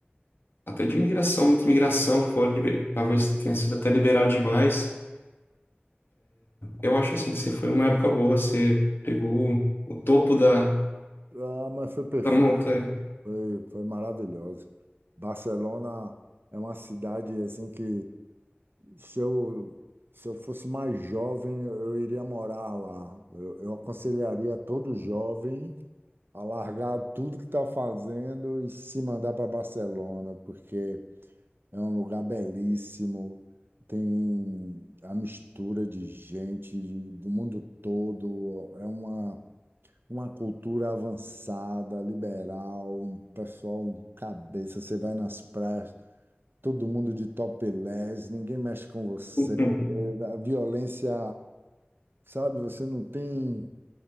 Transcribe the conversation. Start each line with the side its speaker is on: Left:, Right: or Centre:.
Left: até de imigração, muita imigração, que foi, liber- talvez tenha sido até liberal demais. Eu acho assim que você foi numa época boa, você pegou o topo
Right: pô,
Left: da,
Right: ah, mas foi perfeito,
Left: da montanha,
Right: foi, foi maravilhoso. Barcelona é uma cidade assim que Se eu, se eu fosse mais jovem, eu iria morar lá. Eu, eu aconselharia todo jovem a largar tudo que está fazendo e se mandar para Barcelona, porque é um lugar belíssimo, tem a mistura de gente do mundo todo, é uma, uma cultura avançada, liberal, um pessoal um cabeça, você vai nas praias todo mundo de topless, ninguém mexe com você,
Left: <laughs>
Right: É, a violência, sabe? Você não tem,